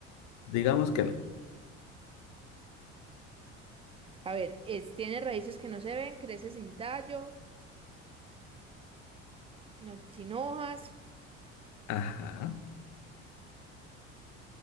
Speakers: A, on the left; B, on the right.
A: Digamos que no.
B: A ver, es, tiene raíces que no se ven, crece sin tallo, no, sin hojas,
A: Ajá.